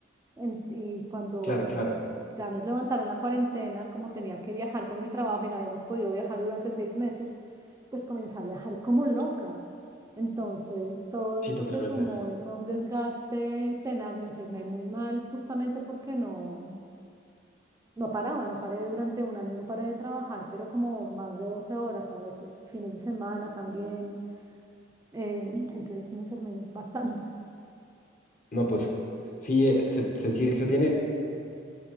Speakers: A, on the right; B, on the left.
A: en- y cuando
B: claro, claro.
A: ya nos levantaron la cuarentena, como tenía que viajar con mi trabajo y no habíamos podido viajar durante seis meses, pues comencé a viajar como loca. Entonces, todo
B: Sí,
A: eso
B: totalmente.
A: se sumó y fue un desgaste tenaz. Me enfermé muy mal justamente porque no, no paraba, no paré durante un año, no paré de trabajar, pero como más de 12 horas a veces, fines de semana también. eh, entonces me enfermé bastante.
B: No, pues sí, eh, se, se, sí- se tiene,